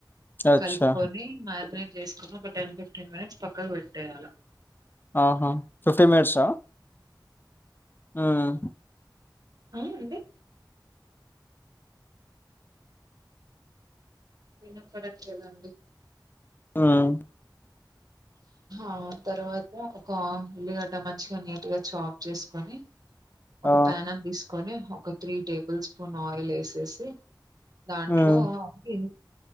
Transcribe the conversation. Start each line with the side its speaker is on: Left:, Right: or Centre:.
Left: అచ్చా!
Right: కలుపుకొని మ్యారినేట్ జేసుకుని ఒక టెన్ ఫిఫ్టీన్ మినిట్స్ పక్కగ పెట్టేయ్యాలా
Left: ఆహా ఫిఫ్టీ మినిట్స్ ఆ హ్మ్
Right: ఆ అండి వినపడట్లేదండి
Left: హ్మ్
Right: ఆ తర్వాత ఒక ఉల్లిగడ్డ మంచిగా నీట్గా చాప్ చేసుకొని ఒక
Left: ఆ!
Right: ప్యానం తీసు కొని ఒక త్రీ టేబుల్ స్పూన్ ఆయిల్ ఏసేసి దాంట్లో
Left: హ్మ్.
Right: అది